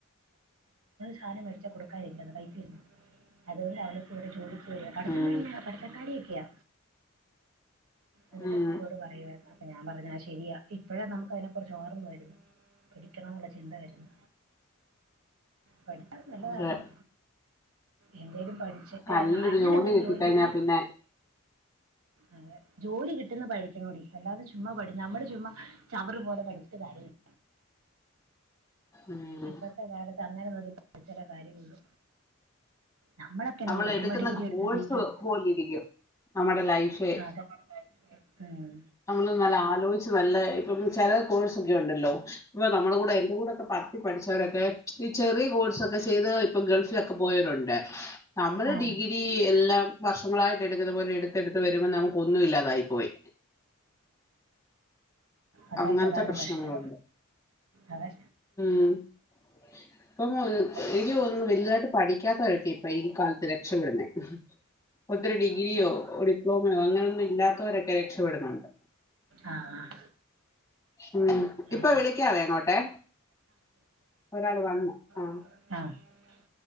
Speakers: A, on the right; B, on the left.
A: സാധനം മേടിച്ചാ കൊടുക്കാനില്ലെന്ന് പൈസന്ന് അതുകൊണ്ട് അവളിപ്പോ ഇവിടെ ജോലി <unintelligible> പഠിത്തം
B: ഉം
A: കഴിഞ്ഞ പഠിത്തകാര്യൊക്കെയാ എന്നിട്ട്
B: ഉം
A: എന്നോട് പറയുവായിരുന്നു അപ്പ ഞാൻ പറഞ്ഞ ആ ശ ശരിയാ ഇപ്പഴേ നമുക്ക് അയിനെ കുറിച്ച് ഓർമ്മ വരുന്ന പഠിക്കണം എന്നുള്ള ചിന്ത വരുന്ന പഠിച്ചാ നല്ലതായിരുന്നു
B: അതെ
A: എന്തേലും പഠിച്ച
B: നല്ലൊരു
A: അങ്ങനെ എന്തേലും
B: കിട്ടിക്കഴിഞ്ഞാ
A: ജോലി ജോലി
B: പിന്നെ
A: അതെ ജോലി കിട്ടുന്ന പഠിക്കണോഡി അല്ലാതെ ചുമ്മാ പഠി നമ്മള് ചുമാ ചവറ് പോലെ പഠിച്ചിട്ട് കാര്യമില്ല
B: ഉം
A: ഇപ്പത്തെ കാലത്ത് അങ്ങനെ ചില കാര്യമുള്ളൂ നമ്മളൊക്കെ തന്നെ
B: നമ്മൾ
A: ചെയ്തു
B: എടുക്കുന്ന
A: ചുമ്മാ ഡിഗ്രി
B: കോഴ്സ്
A: എടുത്ത് പി ജി എടുത്ത്
B: പോലെ ഇരിക്കും നമ്മുടെ ലൈഫ്
A: ആ, അതെ ഉം.
B: നമ്മൾ നല്ല ആലോചിച്ച് നല്ല ഇപ്പം ചില കോഴ്സൊക്കെ ഉണ്ടല്ലോ ഇപ്പൊ നമ്മുടെ കൂടെ എന്റെറെ കൂടെക്കെ പത്തിൽ പഠിച്ച രൊക്കെ ഈ ചെറിയ കോഴ്സൊക്കെ ചെയ്ത് ഇപ്പൊ ഗൾഫിലൊക്കെ പോയവരുണ്ട് നമ്മള്
A: ആ
B: ഡിഗ്രി എല്ലാം വർഷങ്ങളായിട്ട് എടുക്കുന്ന പോലെ എടുത്തെടുത്ത് വരുമ്പോ നമുക്ക് ഒന്നും ഇല്ലാതായി പോയി
A: അതാ
B: അങ്ങനത്തെ
A: പ്രധാന
B: പ്രശ്നങ്ങളുണ്ട്
A: പ്രശ്ണം അതെ
B: ഉം ഇപ്പം
A: അ
B: എനിക്ക് തോന്നുന്നു വലുതായിട്ട് പഠിക്കാത്തവരൊക്കെ ഇപ്പൊ ഈ കാലത്ത് രക്ഷപ്പെടുന്നേ ഒത്തിരി ഡിഗ്രിയോ ഡിപ്ലോമയോ അങ്ങനൊന്നും ഇല്ലാത്തവരൊക്കെ രക്ഷപ്പെടുന്നുണ്ട്
A: ആ
B: ഉം
A: ആ
B: ഇപ്പൊ വിളിക്കാവേ അങ്ങോട്ടെ ഒരാൾ വന്ന് ആ
A: അ